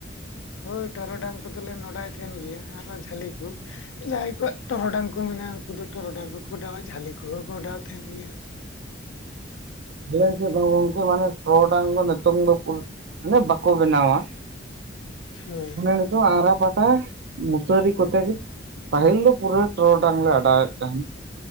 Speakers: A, on the left; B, on the right.
A: ᱦᱳᱭ ᱴᱚᱨᱚᱰᱟᱝ ᱠᱚᱫᱚᱞᱮ ᱱᱚᱰᱟᱭ ᱛᱟᱦᱮᱱ ᱜᱮᱭᱟ ᱟᱨᱚ ᱡᱷᱟᱹᱞᱤ ᱠᱚ ᱡᱟᱦᱟᱸᱭ ᱠᱚᱣᱟᱜ ᱴᱚᱨᱚᱰᱟᱝ ᱠᱚ ᱢᱮᱱᱟᱜᱼᱟ ᱩᱱᱠᱩ ᱫᱚ ᱴᱚᱨᱚᱰᱟᱝ ᱠᱚᱠᱚ ᱚᱰᱟᱟᱣᱟ ᱡᱷᱟᱹᱞᱤ ᱠᱚᱦᱚᱸ ᱠᱚ ᱚᱰᱟᱣ ᱛᱟᱦᱮᱱ ᱜᱮᱭᱟ᱾
B: ᱟᱞᱮ ᱥᱮᱫ ᱫᱚ ᱜᱚᱝᱠᱮ ᱢᱟᱱᱮ ᱴᱚᱰᱟᱝ ᱫᱚ ᱱᱤᱛᱚᱝ ᱫᱚ ᱢᱟᱱᱮ ᱵᱟᱠᱚ ᱵᱮᱱᱟᱣᱟ᱾
A: ᱦᱳᱭ
B: ᱱᱤᱛᱚᱜ ᱟᱨᱟ ᱯᱟᱴᱟ ᱢᱩᱥᱟᱨᱤ ᱠᱚᱛᱮ ᱜᱮ ᱯᱟᱦᱤᱞ ᱫᱚ ᱯᱩᱨᱟᱹ ᱴᱚᱨᱚᱰᱟᱝ ᱞᱮ ᱚᱰᱟᱣᱮᱫ ᱛᱟᱦᱮᱱ,